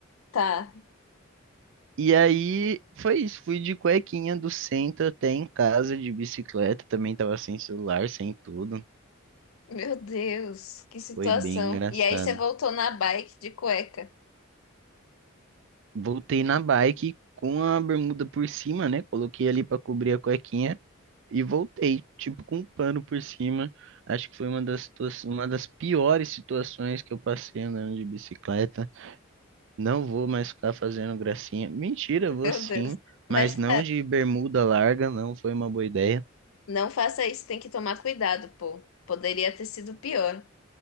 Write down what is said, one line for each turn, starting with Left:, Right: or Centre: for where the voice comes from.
Left: Tá.
Right: E aí foi isso, fui de cuequinha do centro até em casa de bicicleta, também tava sem celular, sem tudo.
Left: Meu Deus, que situação.
Right: Foi bem engraçado.
Left: E aí você voltou na bike de cueca.
Right: Voltei na bike com a bermuda por cima, né? Coloquei ali pra cobrir a cuequinha. e voltei, tipo, com um pano por cima. Acho que foi uma das, situa- uma das piores situações que eu passei andando de bicicleta. Não vou mais ficar fazendo gracinha. Mentira, vou
Left: Meu
Right: sim,
Left: Deus. Mas,
Right: mas não
Left: cara,
Right: de bermuda larga, não foi uma boa ideia.
Left: não faça isso, tem que tomar cuidado, pô. Poderia ter sido pior.